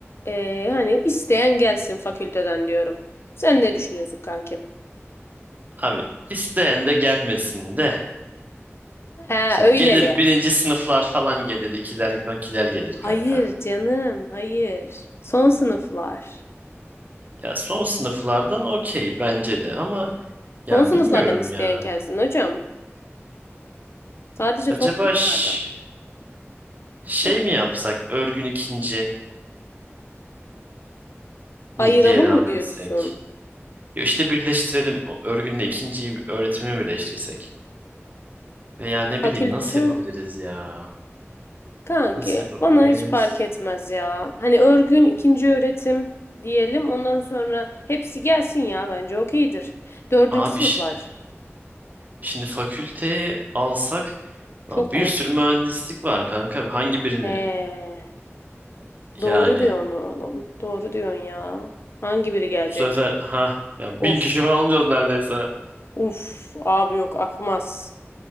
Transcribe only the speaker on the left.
eee, hani isteyen gelsin fakülteden diyorum. Sen ne düşünüyorsun kankim?
Ha
öyleli.
Hayır
canım, hayır. Son sınıflar.
Son sınıflardan
isteyen
gelsin hocam. Sadece son
sınıflardan.
Hı.
Ayıralım
mı diyorsun?
Fakülte.
Kanki
bana hiç fark etmez ya. Hani örgün ikinci öğretim diyelim. Ondan sonra hepsi gelsin ya bence okeydir. Dördüncü
sınıflar.
Çok
mu?
Ee, doğru
diyorsun oğlum. Doğru diyorsun ya. Hangi biri gelecek?
Of.
Uf. Abi yok akmaz.